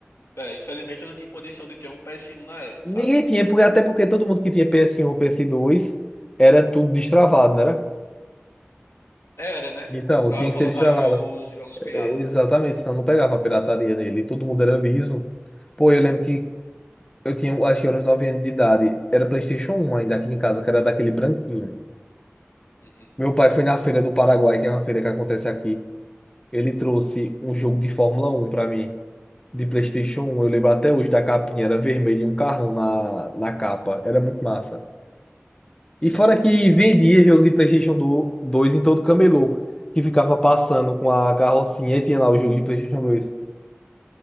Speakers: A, on the left; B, on the left.
A: É, infelizmente eu não tinha condição de ter um PS1 na época,
B: Ninguém
A: sabe?
B: tinha, porque, até porque todo mundo que tinha PS1 ou PS2 era tudo destravado, não era?
A: Era, né?
B: Então,
A: Pra
B: tinha
A: colocar
B: que ser destravado.
A: jogos, jogos piratas,
B: É, exatamente,
A: né?
B: senão não pegava a pirataria nele. Todo mundo era liso. Pô, eu lembro que eu tinha, acho que eu era uns 9 anos de idade. Era PlayStation 1 ainda aqui em casa, que era daquele branquinho.
A: Uhum.
B: Meu pai foi na feira do Paraguai, que é uma feira que acontece aqui. Ele trouxe um jogo de Fórmula Um para mim, de PlayStation 1. Eu lembro até hoje da capinha, era vermelho e um carrão na, na capa. Era muito massa. E
A: Uhum.
B: fora que vendia jogo de PlayStation do- 2 em todo camelô, que ficava passando com a carrocinha e tinha lá o jogo de PlayStation dois,